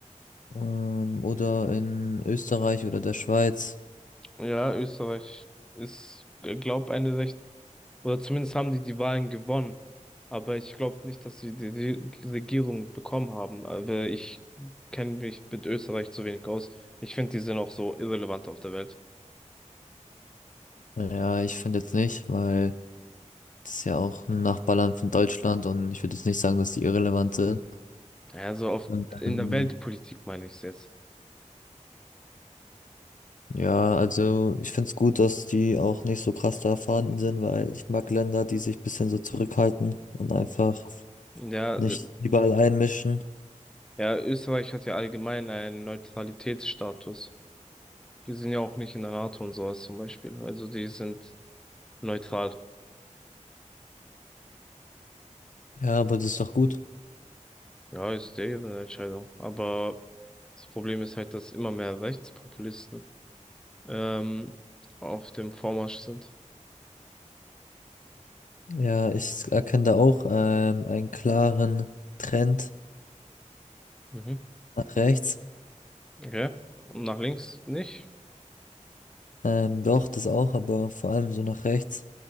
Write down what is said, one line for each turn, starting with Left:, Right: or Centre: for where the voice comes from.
Left: Ähm, oder in Österreich oder der Schweiz.
Centre: Ja, Österreich ist, äh, glaub, eine recht, oder zumindest haben die die Wahlen gewonnen. Aber ich glaube nicht, dass sie die Re- Regierung bekommen haben. Aber ich kenne mich mit Österreich zu wenig aus. Ich finde, die sind auch so irrelevant auf der Welt.
Left: Ja, ich finde jetzt nicht, weil das ist ja auch ein Nachbarland von Deutschland und ich würde jetzt nicht sagen, dass die irrelevant sind.
Centre: Ja, so auf,
Left: Und,
Centre: in
Left: ähm,
Centre: der Weltpolitik meine ich es jetzt.
Left: ja, also ich finde es gut, dass die auch nicht so krass da erfahren sind, weil ich mag Länder, die sich ein bisschen so zurückhalten und einfach
Centre: Ja,
Left: nicht
Centre: äh,
Left: überall einmischen.
Centre: ja, Österreich hat ja allgemein einen Neutralitätsstatus. Die sind ja auch nicht in der NATO und sowas zum Beispiel. Also die sind neutral.
Left: Ja, aber das ist doch gut.
Centre: Ja, ist deren Entscheidung. Aber das Problem ist halt, dass immer mehr Rechtspopulisten ähm, auf dem Vormarsch sind.
Left: Ja, ich erkenne da auch ähm, einen klaren Trend
Centre: Mhm.
Left: nach rechts.
Centre: Okay. Und nach links nicht?
Left: Ähm, doch, das auch, aber vor allem so nach rechts.